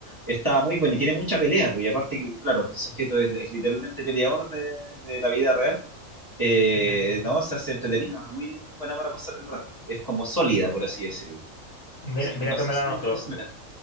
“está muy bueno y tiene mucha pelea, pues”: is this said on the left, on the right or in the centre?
Right